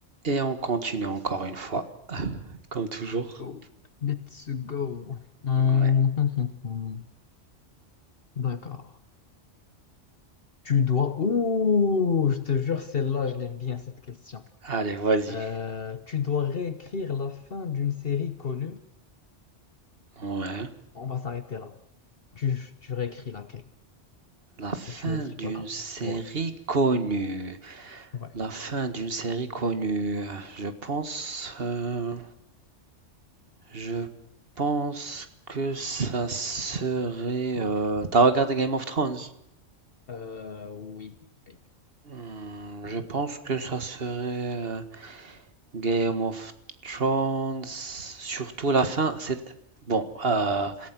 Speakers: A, on the right; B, on the left.
A: Et on continue encore une fois, comme toujours.
B: go. Let's go. Hum,
A: Ouais.
B: hum, hum, hum. D'accord. Tu dois... Ouh, je te jure, celle-là, je l'aime bien, cette question.
A: Allez, vas-y.
B: Euh, tu dois réécrire la fin d'une série connue.
A: Ouais.
B: On va s'arrêter là. Tu, tu réécris laquelle?
A: La fin
B: Et tu mettrais
A: d'une
B: quoi comme
A: série
B: fin? Ouais.
A: connue.
B: Ouais.
A: La fin d'une série connue. Je pense, euh, je pense que ça serait. euh, T'as regardé Game of Thrones?
B: Euh, oui. oui.
A: Hmm, je pense que ça serait euh, Game of Thrones. Surtout la fin. C'est bon. euh,